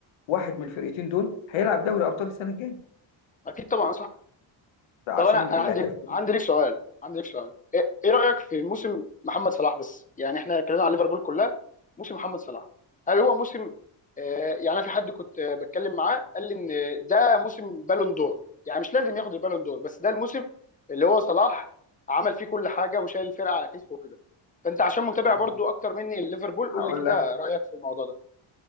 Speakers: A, on the left (about 80°); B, on the left (about 15°).
A: واحد من الفرقتين دول هيلعب دوري ابطال السنه الجايه
B: اكيد طبعا صح
A: فعشان
B: طب انا انا
A: اللي
B: عندي
A: هياخد
B: عندي ليك سؤال عندي ليك سؤال ايه إيه رايك في موسم محمد صلاح بس يعني احنا اتكلمنا على ليفربول كلها موسم محمد صلاح هل هو موسم آه يعني أنا في حد كنت آه، بتكلم معاه قال لي ان ده موسم بالون دور يعني مش لازم ياخد البالون دور بس ده الموسم اللي هو صلاح عمل فيه كل حاجه وشايل الفرقه على كتفه وكده فانت عشان متابع
A: انا
B: برضو اكتر مني ليفربول قول
A: هقول
B: لي كده
A: لك
B: رايك في الموضوع ده